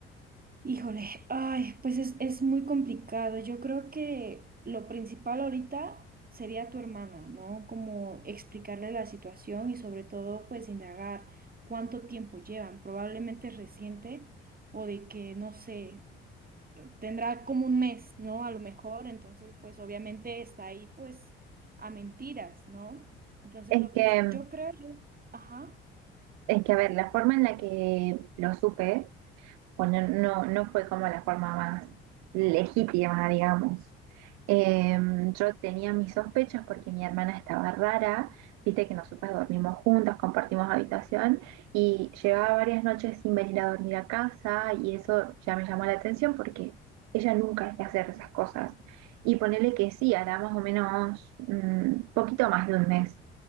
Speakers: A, on the right; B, on the right.
A: Híjole, ay, pues es, es muy complicado. Yo creo que lo principal ahorita sería tu hermana, ¿no? Como explicarle la situación y sobre todo, pues indagar cuánto tiempo llevan. Probablemente es reciente o de que, no sé, tendrá como un mes, ¿no? A lo mejor, entonces, pues obviamente está ahí, pues, a mentiras, ¿no? Entonces,
B: Es
A: lo
B: que,
A: principal, yo creo, yo, ajá.
B: es que, a ver, la forma en la que lo supe Bueno, no, no no fue como la forma más legítima, digamos. Eh, yo tenía mis sospechas porque mi hermana estaba rara, viste que nosotras dormimos juntas, compartimos habitación y llevaba varias noches sin venir a dormir a casa y eso ya me llamó la atención porque ella nunca es de hacer esas cosas. Y ponerle que sí, hará más o menos un poquito más de un mes,